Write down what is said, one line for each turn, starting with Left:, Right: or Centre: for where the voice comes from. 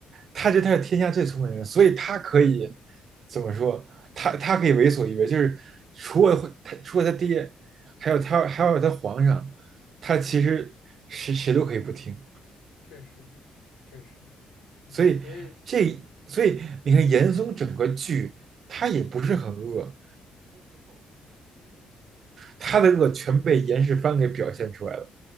Right: 他觉得他是天下最聪明的人，所以他可以怎么说？他他可以为所欲为，就是除了他除了他爹，还有他还有他皇上，他其实谁谁都可以不听。
Left: 确实，确实，嗯，
Right: 所以这所以你看严嵩整个剧他也不是很恶，
Left: 所以，
Right: 他的恶全被严世蕃给表现出来了，